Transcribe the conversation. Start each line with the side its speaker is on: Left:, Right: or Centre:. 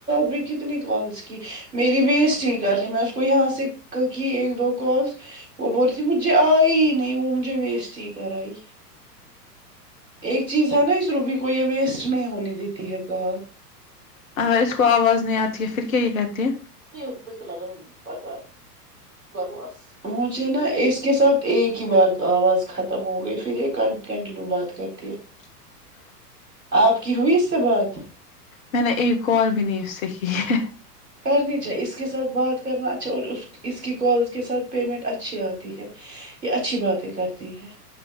Right: بھی کتنی کالس کی میری ویسٹ کرتی میں اس کو یہاں سے کی ایک دو کالس وہ بول رہی تھی مجھے آئی نہیں وہ مجھے ویسٹ ہی کرائی ایک چیز ہے نا اس روبی کو یے ویسٹ نہیں ہونی دیتی ہے کال
Left: اگر اس کو آواز نہیں آتی ہے پھر کیا یے کرتی ہے
Right: نہیں ان کو تو لگانا بکواس بکواس مجھے نا اس کے ساتھ ایک ہی بار آواز ختم ہو گئی پھر یے کنٹینیو بات کرتی ہے
Left: <inaudible>
Right: آپ کی ہوئی اس سے بات
Left: میں نے ایک کال بھی نہیں اس سے کی ہے
Right: کرنی چاہیے اس کے ساتھ بات کرنا اچھا اور اس اس کی کال کے ساتھ پیمنٹ اچھی آتی ہے یے اچھی باتیں کرتی ہے